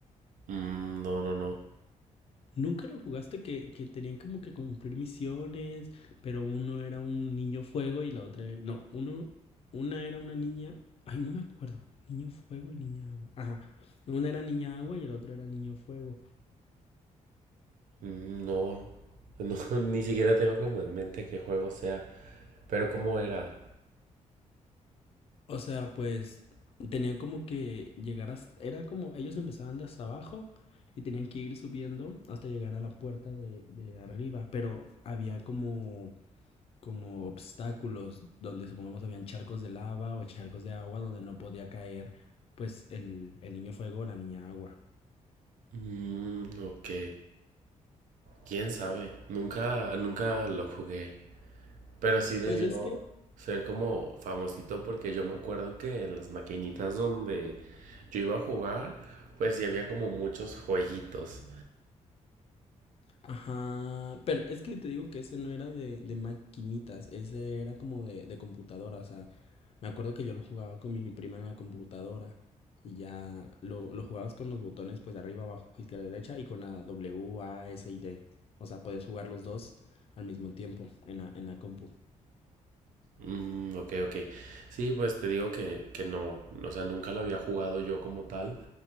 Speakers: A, on the right; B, on the left.
A: Mm, no, no, no.
B: Nunca lo jugaste que, que tenían como que cumplir misiones, pero uno era un niño fuego y la otra era... No, uno, una era una niña... Ay, no me acuerdo. Niño fuego y niña agua. Ajá. Una era niña agua y el otro era niño fuego.
A: Mm, No. No, <laughs> ni siquiera tengo como en mente qué juego sea. Pero cómo era.
B: O sea, pues tenían como que llegar a... Era como ellos empezaban de hasta abajo y tenían que ir subiendo hasta llegar a la puerta de, de arriba, pero había como, como obstáculos donde supongamos habían charcos de lava o charcos de agua donde no podía caer pues el, el niño fuego o la niña agua.
A: Mm, ok. Quién sabe. Nunca, nunca lo jugué. Pero sí debió
B: Pues es que
A: ser como famosito porque yo me acuerdo que en las maquinitas donde yo iba a jugar, pues sí había como muchos jueguitos.
B: Ajá, pero es que te digo que ese no era de, de maquinitas, ese era como de, de computadora, o sea, me acuerdo que yo lo jugaba con mi prima en la computadora y ya lo, lo jugabas con los botones pues de arriba, abajo, izquierda, derecha y con la W, A, S y D, o sea, podías jugar los dos al mismo tiempo en la, en la compu.
A: Mm, ok, ok. Sí, pues te digo que, que no, o sea, nunca lo había jugado yo como tal,